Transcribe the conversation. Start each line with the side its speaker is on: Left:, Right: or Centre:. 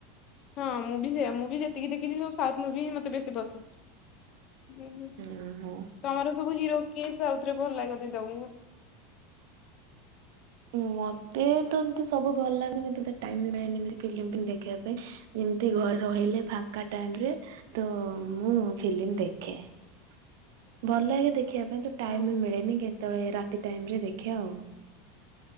Left: ହଁ ମୁଁ ବି ସେଇଆ, ମୁଁ ବି ଯେତିକି ଦେଖିଛି ସବୁ ସାଉଥ ମୁଭି ହିଁ ମତେ ବେଶୀ ପସନ୍ଦ।
Right: ହୁଁ ହୁଁ।
Left: ତମର ସବୁ ହିରୋ କିଏ, ସାଉଥରେ ଭଲ ଲାଗନ୍ତି ତମକୁ?
Right: ମତେ ତ ଏମିତି ସବୁ ଭଲ ଲାଗନ୍ତି, କିନ୍ତୁ ତ ଟାଇମ ନାଇ ଏମତି ଫିଲ୍ମ ଦେଖିବା ପାଇଁ। ଏମତି ଘରେ ରହିଲେ, ଫାଙ୍କା ଟାଇରେ ତ ମୁଁ ଫିଲିମ ଦେଖେ। ଖେ ଭଲ ଲାଗେ ଦେଖିବା ପାଇଁ ତ ଟାଇମ
Left: ଓହୋ।
Right: ବି ମିଳେନି, କେତେ <unintelligible> ରାତି ଟାଇମ ରେ ଦେଖେ ଆଉ।